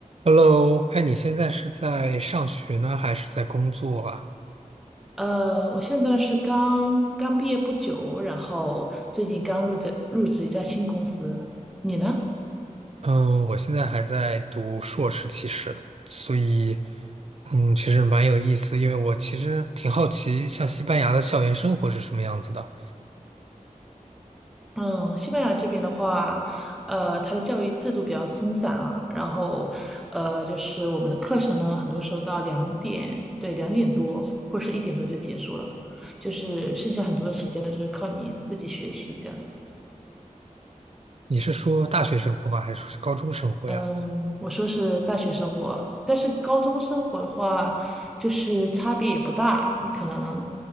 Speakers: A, on the right; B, in the centre.
A: Hello，哎，你现在是在上学呢，还是在工作啊？
B: 呃，我现在是刚刚毕业不久，然后最近刚入的入职一家新公司。你呢？<laughs>
A: 嗯，我现在还在读硕士，其实，所以，嗯，其实蛮有意思，因为我其实挺好奇，像西班牙的校园生活是什么样子的。
B: 嗯，西班牙这边的话，呃，它的教育制度比较松散啊，然后，呃，就是我们的课程呢，很多时候到两点，对，两点多或者是一点多就结束了，就是剩下很多的时间呢，就是靠你自己学习这样子
A: 你是说大学生活吗？还是说是高中生活呀？
B: 嗯，我说是大学生活，但是高中生活的话，就是差别也不大。你可能，